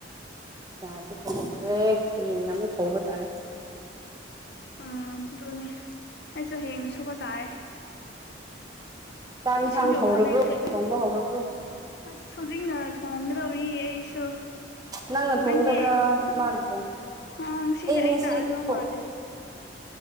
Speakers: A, on the right; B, on the left.
A: ꯅꯨꯡꯁꯥꯁꯦ ꯊꯣꯡꯂꯛꯇ꯭ꯔꯦ ꯍꯌꯦꯡꯅ ꯑꯃꯛ ꯐꯧꯕ ꯇꯥꯔꯦ
B: ꯎꯝ ꯑꯗꯨꯅꯦ ꯑꯩꯁꯨ ꯍꯌꯦꯡꯅ ꯁꯨꯕ ꯇꯥꯔꯦ
A: ꯆꯥꯛ
B: ꯉꯁꯤꯗꯤ
A: ꯏꯟꯁꯥꯡ
B: ꯎꯄꯥꯏ
A: ꯍꯧꯔꯕ꯭ꯔꯣ
B: ꯂꯩꯇ꯭ꯔꯦ
A: ꯊꯣꯡꯕ ꯍꯧꯔꯕ꯭ꯔꯣ
B: ꯑꯁ ꯍꯧꯖꯤꯛꯅ ꯊꯣꯡꯒꯗꯧꯔꯤ ꯑꯩꯁꯨ꯫
A: ꯅꯪꯅ ꯊꯣꯡꯒꯗꯕ꯭ꯔꯥ
B: ꯅꯪꯗꯤ
A: ꯏꯃꯥꯅ ꯊꯣꯡꯕ
B: ꯑꯥ ꯉꯁꯤꯗꯤ ꯑꯩ
A: ꯉꯁꯤ
B: ꯇꯥꯒꯗꯧꯕ
A: ꯊꯣꯡ
B: ꯃꯥꯜꯂꯦ꯫